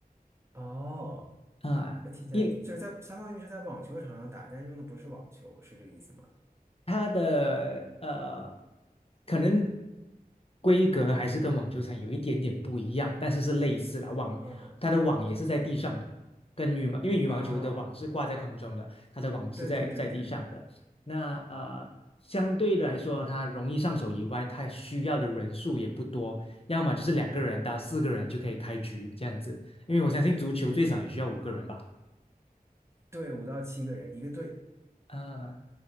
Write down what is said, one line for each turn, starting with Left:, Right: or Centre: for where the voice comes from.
Right: 哦。
Left: 啊。
Right: 那听起来就是在相当于是在网球场上打，
Left: 一
Right: 但是用的不是网球，是这个意思吗？
Left: 它的呃，可能规格还是跟网球场有一点点不一样，但是是类似啦。网它的网也是在地上的，
Right: 嗯
Left: 跟羽毛因为羽毛球的网是挂在空中的，
Right: 啊，
Left: 它的网是在在地上的。
Right: 对对对对，
Left: 那呃，相对来说，它容易上手以外，它需要的人数也不多，要么就是两个人到四个人就可以开局这样子。因为我相信足球最少也需要五个人吧。
Right: 嗯，对，五到七个人一个队，
Left: 啊，